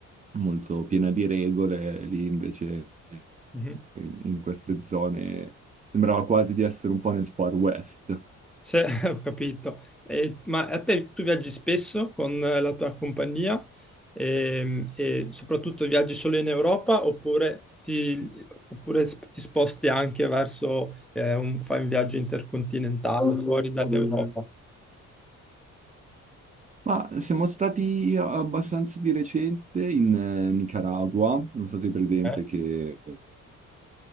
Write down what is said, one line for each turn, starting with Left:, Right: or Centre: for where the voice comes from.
Right: molto piena di regole, lì invece
Centre: mhm.
Right: in, in queste zone sembrava quasi di essere un po' nel Far West.
Centre: Se- <laughs> ho capito. E- ma a te tu viaggi spesso con la tua compagnia Ehm, e, soprattutto viaggi solo in Europa oppure ti, oppure sp- ti sposti anche verso, eh, un, fai un viaggio intercontinentale fuori dall'Europa?
Right: Ma siamo stati abbastanza di recente in eh, Nicaragua, non so se è presente
Centre: eh?
Right: che